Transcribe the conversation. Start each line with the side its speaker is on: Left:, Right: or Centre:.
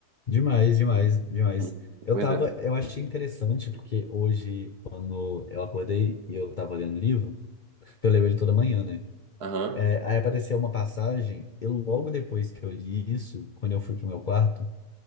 Left: Demais, demais, demais.
Right: Hum,
Left: Eu
Right: Pois
Left: tava,
Right: é.
Left: eu achei interessante porque hoje, quando eu acordei e eu tava lendo o livro, eu leio ele toda manhã, né?
Right: Aham.
Left: É, aí apareceu uma passagem, e logo depois que eu li isso, quando eu fui pro meu quarto,